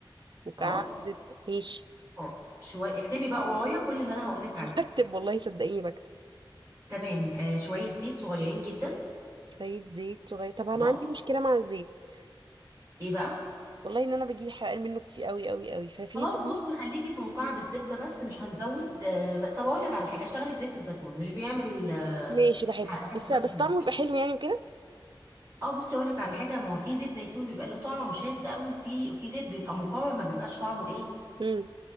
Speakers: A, on the right (about 65°); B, on the right (about 35°).
A: وكعدد
B: خلاص
A: ماشي
B: آه، شويه اكتبي بقى ورايا كل اللي انا هقول لك
A: <laughs>
B: عليه
A: بكتب والله صدقيني بكتب
B: تمام آه، شويه زيت صغيرين جدا
A: شوية زيت صغير طب أنا
B: خلاص
A: عندي مشكلة مع الزيت
B: ايه بقى
A: والله إن أنا بجيب حرقان منه كتير قوي قوي قوي ففي
B: خلاص
A: بديل
B: بصي خليكي في مكعب الزبده بس مش هنزود آه، ب- طب اقول لك على حاجه اشتغلي بزيت الزيتون مش بيعمل آه،
A: ماشي بحبه
B: حرقان
A: بس
B: ولا
A: بس
B: حاجه
A: طعمه يبقى حلو يعني وكده
B: اه بصي اقول لك على حاجه ما هو في زيت زيتون بيبقى له طعم شاذ قوي وفي في زيت بيبقى مقاوم ما بيبقاش طعمه ايه
A: امم